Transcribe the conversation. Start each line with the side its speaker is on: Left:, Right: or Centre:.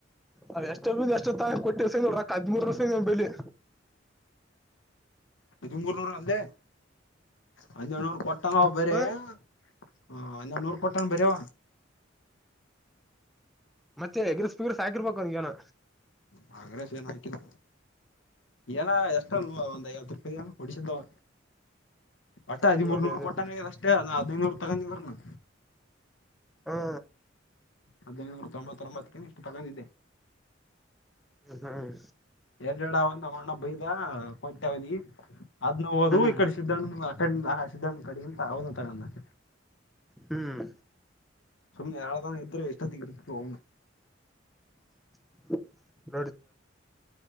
Centre: ಅದ ಎಷ್ಟ ಬಂದ ಎಷ್ಟು ತ ಕೊಟ್ಟಿಸಾಕ್ ಹದ್ರು ವರ್ ಬೆ
Left: ಹದಿಮೂರುನೂರು ಅಂದೆ ಹದಿನೇಳುನೂರ ಕೊಟ್ಟ. ಕೊಟ್ಟನವ್ ಬರೇ
Centre: ಹ
Left: ಹಾ ಹನ್ನೊಂದುನೂರು ಕೊಟ್ಟನ ಅವ ಬರೇ.
Centre: ಮತ್ತೆ ಎಗ್ ರೈಸ್ ಪಿಗ್ ರೈಸ್ ಅವನಿಗೇನೋ.
Left: ಹಾ ಎಗ್ ರೈಸ್ ಏನಾಯ್ಕಿಲ್ಲ ಏನ ಎಷ್ಟನು ಒಂದ್ ಐವತ್ತು ರೂಪಾಯ ಏನ ಕೊಡಿಸಿದ್ದವ. ಒಟ್ಟ ಹದಿಮೂರ್ನೂರ್
Centre: ಹ್ಮ್ ಅದೇ ಅದೇ
Left: ಕೊಟ್ಟಂಗೈದ ಅಷ್ಟೇ ಅ ಹದಿನೈದು ನೂರು ತಗೊಂಡಿದ್ದರೂನೂ.
Centre: ಹಾ
Left: ಹದಿನೈದುನೂರುತೊಂಬತ್ತೊಂಬತ್ತ ಕೇನ್ ತಗೊಂಡಿದ್ದೆ.
Centre: ಹ್ಮ್
Left: ಎಲ್ಲಿ ಇಡವ ನಮ್ಮ ಅಣ್ಣ ಬೈದ ಕೊಟ್ಟೆ ಅವನಿಗೆ ಅದ್ನ ಹೋದು
Centre: ಹ್ಮ್
Left: ಈ ಕಡೆ ಸಿದ್ದಣ್ಣ ಅಟೆಂಡ್ ಅ ಸಿದ್ಧ ಕಡೆಗಿಂತ ಅವ್ನು ತಗೊಂಡನ.
Centre: ಹ್ಮ್
Left: ಸುಮ್ನೆ ಯಾವದನ ಇದ್ರ ಇಷ್ಟೊತ್ತಿಗೆ ಇರ್ತಿದ್ವೋ.
Centre: <unintelligible>